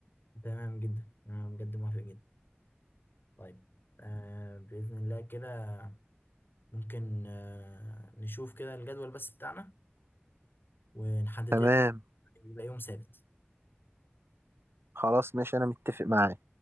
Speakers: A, on the left; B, on the right.
A: تمام جدا انا بجد موافق جدا طيب آه بإذن الله كده ممكن آه نشوف كده الجدول بس بتاعنا ونحدد
B: تمام
A: لنا يبقى يوم ثابت
B: خلاص ماشي انا متفق معاك